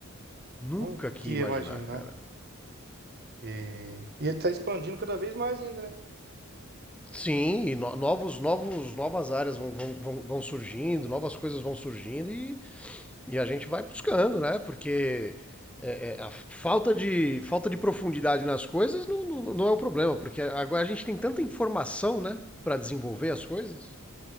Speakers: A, in the centre; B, on the right (about 45°).
A: Nunca
B: Nunca
A: que
B: que
A: ia
B: ia
A: imaginar,
B: imaginar.
A: cara.
B: E, e ele tá expandindo cada vez mais ainda, né?
A: Sim, e no- novos, novos, novas áreas vão, vão, vão, vão surgindo, novas coisas vão surgindo e E a gente vai buscando, né? Porque é, é, a falta de, falta de profundidade nas coisas não, não, não é o problema, porque agora a gente tem tanta informação, né? Para desenvolver as coisas.